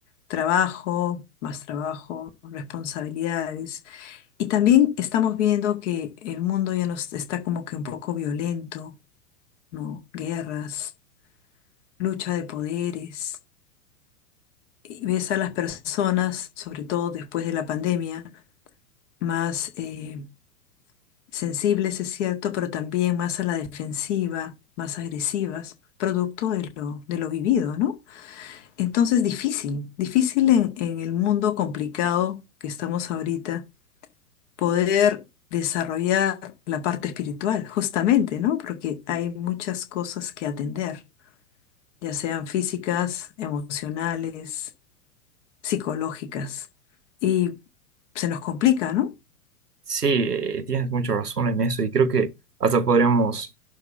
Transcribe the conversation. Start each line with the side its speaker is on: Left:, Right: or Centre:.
Left: Trabajo, más trabajo, responsabilidades. Y también estamos viendo que el mundo ya nos está como que un poco violento, ¿no? Guerras, lucha de poderes y ves a las personas, sobre todo después de la pandemia, más eh, sensibles, es cierto, pero también más a la defensiva, más agresivas, producto de lo, de lo vivido, ¿no? Entonces, difícil, difícil en, en el mundo complicado que estamos ahorita, poder desarrollar la parte espiritual, justamente, ¿no? Porque hay muchas cosas que atender, ya sean físicas, emocionales, psicológicas. Y se nos complica, ¿no?
Right: Sí, eh, tienes mucha razón en eso y creo que hasta podríamos,